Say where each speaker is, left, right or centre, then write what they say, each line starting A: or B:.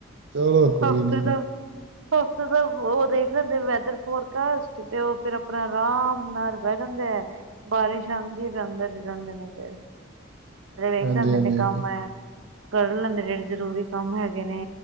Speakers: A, on the right; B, on the right.
A: ਚਲੋ ਕੋਈ
B: ਹਫ਼ਤੇ ਦਾ
A: <inaudible>
B: ਹਫ਼ਤੇ ਦਾ ਉਹ ਦੇਖ ਲੈਂਦੇ, ਵੈਦਰ ਫੋਰ ਕਾਸਟ ਤੇ ਉਹ ਫੇਰ ਆਪਣਾ ਆਰਾਮ ਨਾਲ ਬਹਿ ਜਾਂਦੇ ਐ। ਬਾਰਿਸ਼ ਆਂਦੀ ਏ ਤੇ ਅੰਦਰ ਈ ਰਹਿਦੇ ਨੇ ਫਿਰ। ਫਿਰ ਵੇਖਦੇ
A: ਹਾਂਜੀ,
B: ਹੁੰਦੇ
A: ਹਾਂਜੀ,
B: ਨੇ
A: ਹਾਂਜੀ
B: ਕੰਮ ਆਇਆ। ਕਰ ਲੈਂਦੇ, ਜਿਹੜੇ ਜ਼ਰੂਰੀ ਕੰਮ ਹੈਗੇ ਨੇ,